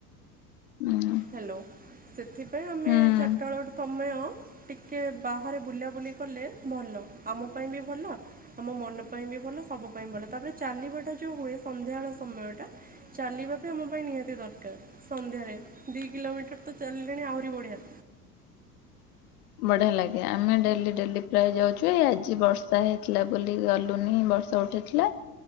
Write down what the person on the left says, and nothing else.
ହୁଁ।
ହୁଁ
ବଢିଆ ଲାଗେ, ଆମେ ଡେଲି ଡେଲି ପ୍ରାୟ ଯାଉଛୁ ଏଇ ଆଜି ବର୍ଷା ହେଇଥିଲା ବୋଲି ଗଲୁନି। ବର୍ଷା ଉଠି ଥିଲା।